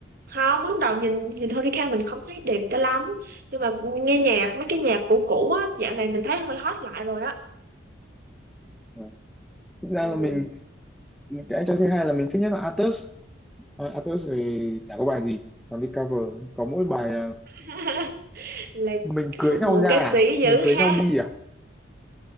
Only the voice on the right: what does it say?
không lúc đầu nhìn nhìn Tony Khan mình không thấy đẹp cho lắm nhưng mà nghe nhạc mấy cái nhạc cũ cũ á dạo này mình thấy hơi hot lại rồi á
ừ.
<laughs> là
hâm
mộ
ca
sĩ dữ
ha